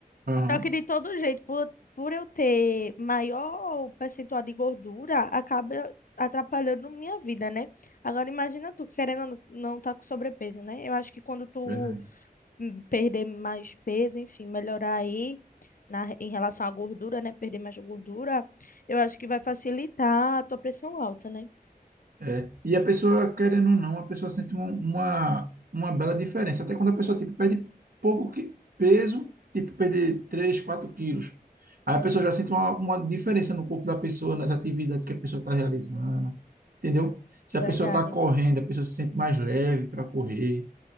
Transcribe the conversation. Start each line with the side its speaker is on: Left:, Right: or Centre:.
Right: Aham,
Left: Só que de todo jeito, por, por eu ter maior percentual de gordura, acaba atrapalhando minha vida, né? Agora imagina tu querendo ou não não tá com sobrepeso, né? Eu acho que quando tu
Right: verdade.
Left: hum, perder mais peso, enfim, melhorar aí na, em relação à gordura, né? Perder mais gordura, eu acho que vai facilitar a tua pressão alta, né?
Right: É. E a pessoa querendo ou não, a pessoa sente um- uma, uma bela diferença. Até quando a pessoa, tipo, perde pouco que- peso, tipo, perder 3, 4 quilos. Aí a pessoa já sente uma, uma diferença no corpo da pessoa, nas atividades que a pessoa está realizando, entendeu? Se
Left: Verdade.
Right: a pessoa está correndo, a pessoa se sente mais leve para correr,